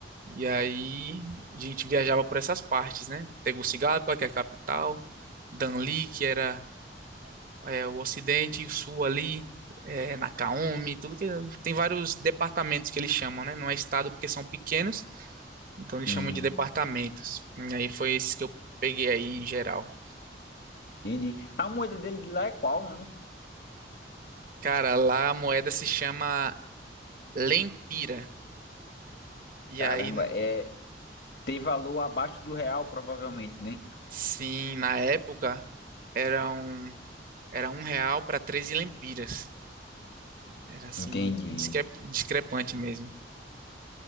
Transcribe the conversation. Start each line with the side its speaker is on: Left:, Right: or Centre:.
Right: E aí a gente viajava por essas partes, né? Tegucigalpa, que é a capital, Danlí, que era é, o Ocidente e o Sul ali, é, Nakaomi, tudo que tem vários departamentos que eles chamam, né? Não é estado porque são pequenos, então eles
Left: sim,
Right: chamam de departamentos. E aí foi esse que eu peguei aí em geral.
Left: entendi. A moeda dele de lá é qual, mano?
Right: Cara, lá a moeda se chama lempira. E
Left: Caramba,
Right: aí,
Left: é. Tem valor abaixo do real, provavelmente, né?
Right: sim, na época era um, era um real para 13 lempiras. Era assim,
Left: Entendi.
Right: bem discre- discrepante mesmo.